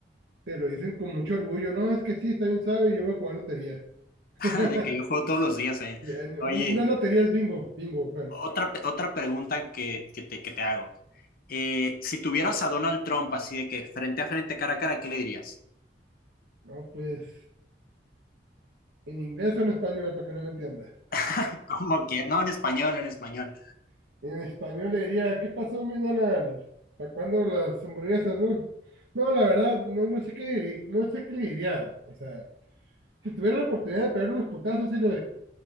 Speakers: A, on the right; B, on the left.
A: te lo dicen con mucho orgullo. No, es que sí, está bien sabe y yo voy a jugar lotería. <laughs>
B: <laughs> de que yo juego todos los días, eh.
A: Ya, No,
B: Oye.
A: no, no es lotería, es bingo, bingo, Juan.
B: Otra, pe- otra pregunta que, que te, que te hago. Eh, si tuvieras a Donald Trump así de que frente a frente, cara a cara, ¿qué le dirías?
A: No, pues en inglés o en español, para que no me entienda.
B: <laughs> Como que, no, en español, en español.
A: <laughs> En español le diría, ¿qué pasó, mi Donald? ¿Para cuándo las hamburguesas, no? No, la verdad, no, no sé qué, diri- no sé qué le diría. O sea, si tuviera la oportunidad de pegarle unos putazos, sí lo